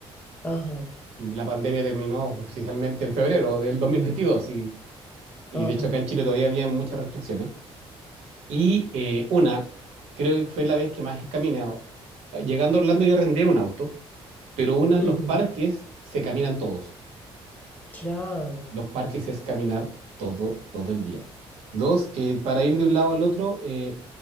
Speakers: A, on the left; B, on the right.
A: Ajá,
B: La pandemia terminó oficialmente en febrero del 2022 y, y
A: ajá,
B: de hecho acá en Chile todavía había muchas restricciones. Y eh, una, creo que fue la vez que más he caminado. Ah, Llegando a Orlando yo arrendé un auto, pero una,
A: ujú,
B: los parques se caminan todos.
A: claro,
B: Los parques es caminar todo, todo el día. Dos, eh, para ir de un lado al otro, eh,